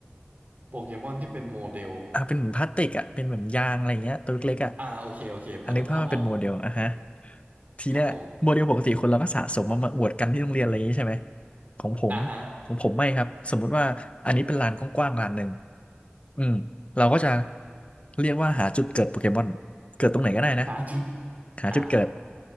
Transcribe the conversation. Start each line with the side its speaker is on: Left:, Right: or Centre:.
Right: โปเกมอนที่เป็นโมเดล
Left: อ่ะเป็นเหมือนพลาสติกอะเป็นเหมือนยางอะไรเงี้ยตัวเล็กๆอะ
Right: อ่าโอเคโอเคพอนึกภาพออก
Left: อันนี้ภาพมันเป็นโมเดลอะฮะทีเนี้ยโมเดลปกติคนเราก็สะสมมามาอวดกันที่โรงเรียนอะไรอย่างงี้ใช่ไหม
Right: ครับผม
Left: ของผมของผมไม่ครับ
Right: อ่าฮะ
Left: สมมุติว่าอันนี้เป็นลานกว้างๆลานหนึ่งอืมเราก็จะเรียกว่าหาจุดเกิดโปเกมอนเกิดตรงไหนก็ได้นะ
Right: หาจุด
Left: หาจุดเกิด
Right: อ่า